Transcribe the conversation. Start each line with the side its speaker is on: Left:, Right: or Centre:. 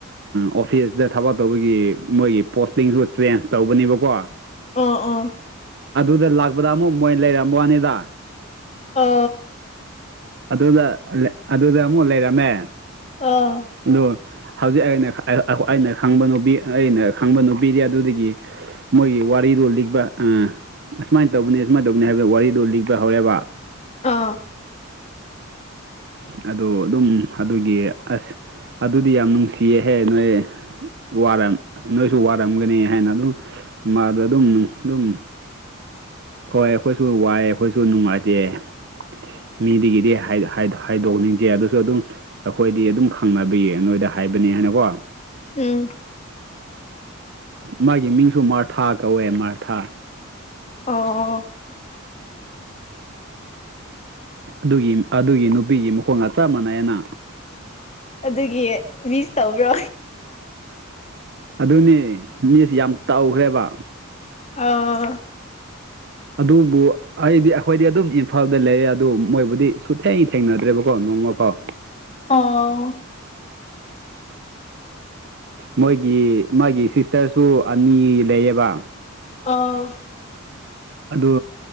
Right: ꯑꯣꯐꯤꯁꯇ ꯊꯕꯛ ꯇꯧꯕꯒꯤ ꯃꯣꯏꯒꯤ ꯄꯣꯁꯇꯤꯡꯁꯨ ꯆꯦꯟꯖ ꯇꯧꯕꯅꯦꯕꯀꯣ
Left: ꯑꯥ ꯑꯥ
Right: ꯑꯗꯨꯗ ꯂꯥꯛꯄꯗ ꯑꯃꯨꯛ ꯃꯣꯏ ꯂꯩꯔꯝꯕ ꯋꯥꯅꯤꯗ
Left: ꯑꯣ
Right: ꯑꯗꯨꯗ ꯑꯗꯨꯗ ꯑꯃꯨꯛ ꯂꯩꯔꯝꯃꯦ
Left: ꯑꯥ
Right: ꯑꯗꯨ ꯍꯧꯖꯤꯛ ꯑꯩꯅ ꯑꯩꯅ ꯈꯪꯕ ꯅꯨꯄꯤ ꯑꯩꯅ ꯈꯪꯕ ꯅꯨꯄꯤꯗꯤ ꯑꯗꯨꯗꯒꯤ ꯃꯣꯏꯒꯤ ꯋꯥꯔꯤ ꯗꯣ ꯂꯤꯛꯄ ꯎ ꯑꯁꯨꯃꯥꯏꯅ ꯇꯧꯕꯅꯤ ꯑꯁꯨꯃꯥꯏꯅ ꯇꯧꯕꯅꯤ ꯍꯥꯏꯕꯗ ꯋꯥꯔꯤꯗꯣ ꯂꯤꯛꯄ ꯍꯧꯔꯦꯕ
Left: ꯑꯥ <unintelligible>
Right: ꯑꯣ ꯑꯗꯨꯝ ꯑꯗꯨꯒꯤ ꯑꯁ ꯑꯗꯨꯗꯤ ꯌꯥꯝ ꯅꯨꯡꯁꯤꯌꯦꯍꯦ ꯅꯣꯏ ꯋꯥꯔꯝ ꯅꯣꯏꯁꯨ ꯋꯥꯔꯝꯒꯅꯤ ꯍꯥꯏꯅ ꯑꯗꯨꯝ ꯃꯥꯗ ꯑꯗꯨꯝ ꯑꯗꯨꯝ
Left: <unintelligible>
Right: ꯍꯣꯏ ꯑꯩꯈꯣꯏꯁꯨ ꯋꯥꯏꯑꯦ ꯑꯩꯈꯣꯏꯁꯨ ꯅꯨꯡꯉꯥꯏꯇꯦ ꯃꯤꯗꯒꯤꯗꯤ ꯍꯥꯏ ꯍꯥꯏꯗꯣꯛꯅꯤꯡꯗꯦ ꯑꯗꯨꯁꯨ ꯑꯗꯨꯝ ꯑꯩꯈꯣꯏꯗꯤ ꯑꯗꯨꯝ ꯈꯪꯅꯕꯌꯦ ꯅꯣꯏꯗ ꯍꯥꯏꯕꯅꯤ ꯍꯥꯏꯅꯀꯣ
Left: ꯎꯝ
Right: ꯃꯥꯒꯤ ꯃꯤꯡꯁꯨ ꯃꯥꯔꯊꯥ ꯀꯧꯋꯦ ꯃꯥꯔꯊꯥ
Left: ꯑꯣ
Right: ꯑꯗꯨꯒꯤ ꯑꯗꯨꯒꯤ ꯅꯨꯄꯤꯒꯤ ꯃꯈꯣꯡꯒ ꯆꯞ ꯃꯥꯟꯅꯩꯅ
Left: ꯑꯗꯨꯒꯤ ꯃꯤꯁ ꯇꯧꯕ꯭ꯔꯣ
Right: ꯑꯗꯨꯅꯦ ꯃꯤꯁ ꯌꯥꯝ ꯇꯧꯈ꯭ꯔꯦꯕ
Left: ꯑ
Right: ꯑꯗꯨꯕꯨ ꯑꯩꯗꯤ ꯑꯩꯈꯣꯏꯗꯤ ꯑꯗꯨꯝ ꯏꯝꯐꯥꯜꯗ ꯂꯩꯔꯦ ꯑꯗꯨ ꯃꯣꯏꯕꯨꯗꯤ ꯁꯨ ꯊꯦꯡ ꯊꯦꯡꯅꯗ꯭ꯔꯦꯕꯀꯣ ꯅꯣꯡ ꯃꯄꯥꯎ
Left: ꯑꯥ
Right: ꯃꯣꯏꯒꯤ ꯃꯥꯒꯤ ꯁꯤꯁꯇꯔꯁꯨ ꯑꯅꯤ ꯂꯩꯌꯦꯕ
Left: ꯑꯥꯎ
Right: ꯑꯗꯨ